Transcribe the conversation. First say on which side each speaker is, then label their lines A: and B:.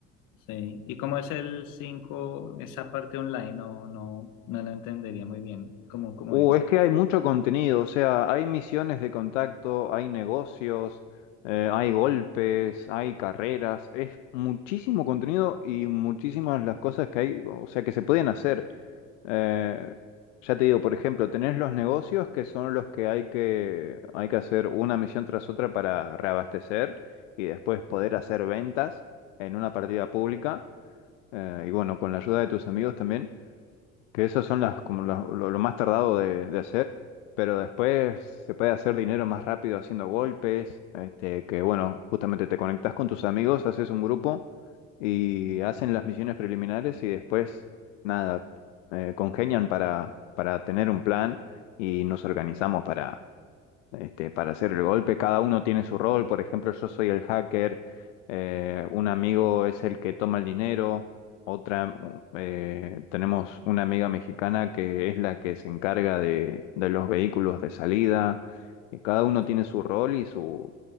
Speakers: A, on the left (about 60°); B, on the left (about 80°).
A: sí, y cómo es el cinco? esa parte online? No, no, no la entendería muy bien. ¿Cómo,
B: Uh,
A: cómo es?
B: es que hay mucho contenido, o sea, hay misiones de contacto, hay negocios, eh, hay golpes, hay carreras, es muchísimo contenido y muchísimas las cosas que hay, o sea, que se pueden hacer. Eh, ya te digo, por ejemplo, tenés los negocios que son los que hay que, hay que hacer una misión tras otra para reabastecer y después poder hacer ventas en una partida pública. Eh, y bueno, con la ayuda de tus amigos también que esas son las como las- lo, lo más tardado de, de hacer, pero después se puede hacer dinero más rápido haciendo golpes, este, que bueno, justamente te conectas con tus amigos, haces un grupo y hacen las misiones preliminares y después nada, eh, congenian para, para tener un plan y nos organizamos este, para hacer el golpe. Cada uno tiene su rol. Por ejemplo, yo soy el hacker, eh, un amigo es el que toma el dinero, otra, eh, tenemos una amiga mexicana que es la que se encarga de, de los vehículos de salida. Y cada uno
A: Ujú.
B: tiene su rol y su,